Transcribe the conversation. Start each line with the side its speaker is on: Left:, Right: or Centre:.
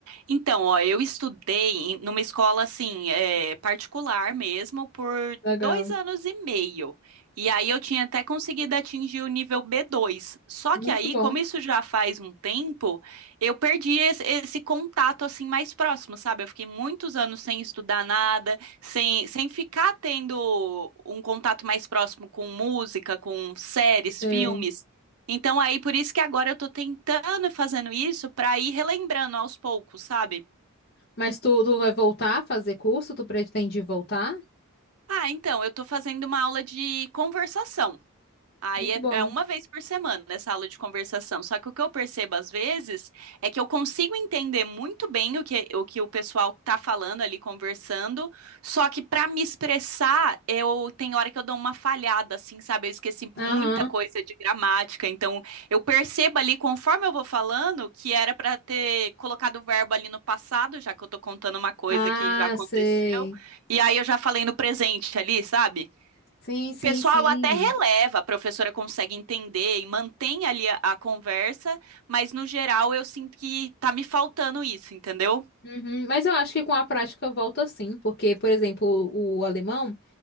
Right: Então, ó, eu estudei em- numa escola assim, é, particular mesmo, por
Left: Legal.
Right: dois anos e meio. E aí eu tinha até conseguido atingir o nível B2. Só
Left: Muito
Right: que aí,
Left: bom.
Right: como isso já faz um tempo, eu perdi esse, esse contato assim mais próximo, sabe? Eu fiquei muitos anos sem estudar nada, sem, sem ficar tendo um contato mais próximo com música, com séries,
Left: Sei.
Right: filmes. Então aí por isso que agora eu tô tentando e fazendo isso pra ir relembrando aos poucos, sabe?
Left: Mas tu, tu vai voltar a fazer curso? Tu pretende voltar?
Right: Ah, então eu tô fazendo uma aula de conversação. Aí
Left: Muito
Right: é,
Left: bom.
Right: é uma vez por semana essa aula de conversação. Só que o que eu percebo às vezes é que eu consigo entender muito bem o que o, que o pessoal tá falando ali conversando, só que para me expressar, eu tem hora que eu dou uma falhada, assim, sabe? Eu esqueci muita
Left: Aham.
Right: coisa de gramática. Então eu percebo ali, conforme eu vou falando, que era para ter colocado o verbo ali no passado, já que eu tô contando uma coisa
Left: Ah,
Right: que já aconteceu,
Left: sei.
Right: e aí eu já falei no presente ali, sabe?
Left: Sim,
Right: o
Left: sim,
Right: pessoal
Left: sim.
Right: até releva, a professora consegue entender e mantém ali a, a conversa, mas no geral eu sinto que tá me faltando isso, entendeu?
Left: Uhum. Mas eu acho que com a prática volta sim, porque, por exemplo, o alemão.